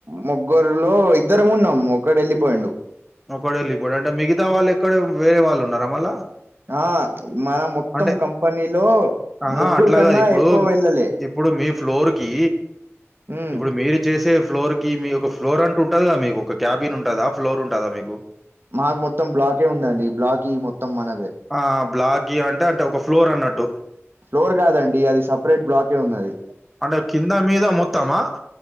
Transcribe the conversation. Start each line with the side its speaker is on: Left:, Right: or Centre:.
Right: ముగ్గురులో ఇద్దరం ఉన్నాము ఒక్కడు ఎళ్ళిపోయిండు
Centre: ఒకడేళ్ళి పోయిండు అంటే మిగతా వాళ్ళు ఎక్కడ వేరే వాళ్ళు ఉన్నారా మళ్ళా
Right: ఆ మన మొత్తం
Centre: అంటే
Right: కంపెనీలో
Centre: ఆహా
Right: ముగ్గురు
Centre: అట్లా
Right: కన్నా
Centre: కాదు ఇప్పుడు
Right: ఎక్కువ వెళ్ళలే
Centre: ఇప్పుడు మీ ఫ్లోర్ కి
Right: ఉమ్
Centre: ఇప్పుడు మీరు చేసే ఫ్లోర్ కి మీ ఒక ఫ్లోర్ అంటూ ఉంటది మీకు ఒక క్యాబిన్ ఉంటదా ఫ్లోర్ ఉంటదా మీకు
Right: మాకు మొత్తం బ్లాకే ఉందండి బ్లాక్ ఈ మొత్తం మనదే
Centre: ఆ బ్లాగి అంటే అంటే ఒక ఫ్లోర్ అన్నట్టు
Right: ఫ్లోర్ గాదండి అది సపరేట్ బ్లాకే ఉన్నది
Centre: అంటే కింద మీద మొత్తమా